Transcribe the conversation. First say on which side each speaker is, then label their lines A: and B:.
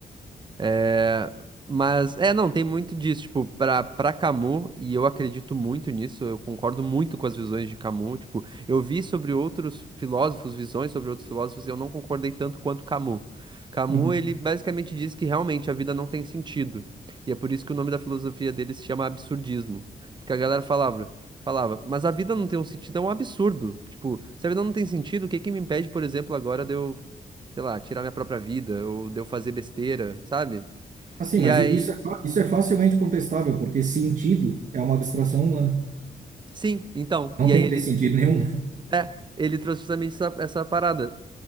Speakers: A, on the right; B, on the right.
A: É, mas, é, não, tem muito disso, tipo, pra, pra Camus, e eu acredito muito nisso, eu concordo muito com as visões de Camus, tipo, eu vi sobre outros filósofos, visões sobre outros filósofos, e eu não concordei tanto quanto Camus. Camus,
B: Uhum.
A: ele basicamente diz que realmente a vida não tem sentido, e é por isso que o nome da filosofia dele se chama absurdismo, porque a galera falava, falava, mas a vida não tem um sentido, é um absurdo, tipo, se a vida não tem sentido, o que que me impede, por exemplo, agora de eu, sei lá, tirar minha própria vida, ou de eu fazer besteira, sabe?
B: Assim,
A: E
B: mas
A: aí.
B: i- isso é, fa- isso é facilmente contestável, porque sentido é uma abstração humana.
A: Sim, então. E
B: Não tem
A: aí ele.
B: que ter sentido nenhum.
A: É, ele trouxe justamente essa, essa parada.